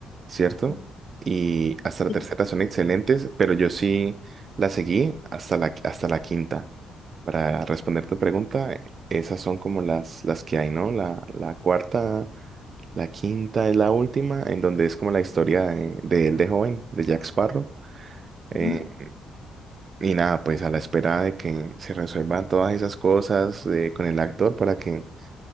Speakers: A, on the right; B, on the left.
A: ¿cierto?
B: Mm,
A: Y hasta la
B: Sí.
A: tercera son excelentes, pero yo sí la seguí hasta la, hasta la quinta. Para responder tu pregunta, esas son como las, las que hay, ¿no? La, la cuarta, la quinta es la última, en donde es como la historia de, de él de joven, de Jack Sparrow. Eh,
B: Ujú.
A: y nada, pues a la espera de que se resuelvan todas esas cosas eh, con el actor para que